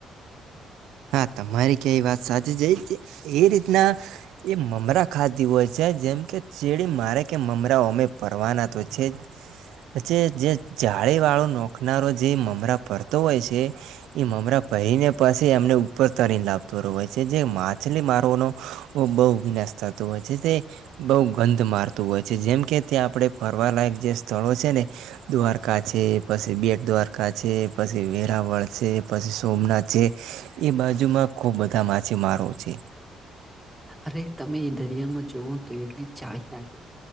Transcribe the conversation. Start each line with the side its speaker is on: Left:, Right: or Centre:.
Right: હા તમારી ક્યાં એ વાત સાચી છે એ રીતના એ મમરા ખાતી હોય છે જેમ કે ચેડી મારે કે મમરા અમે ભરવાના તો છે. પછી જે જાળી વાળું નો ખનારો જે મમરા પરતો હોય છે એ મમરા પરીને પ એમને ઉપર તને લાવતો હોય છે જે માછલી મારોનો બહુ વિનાશ થતો હોય છે તે બહુ ગંધ મારતું હોય છે જેમ કે ત્યાં આપડણે ફરવાલાયક જે સ્થળો છે ને દ્વારકા છે, પછી બેટ દ્વારકા છે, પછી વેરાવળ છે, પછી સોમનાથ છે. એ બાજુમાં ખુબ બધા માછીમારો છે.
Centre: અરે તમે એ દરિયામાં જોવઓ તો એલી ચાળી નાખેલી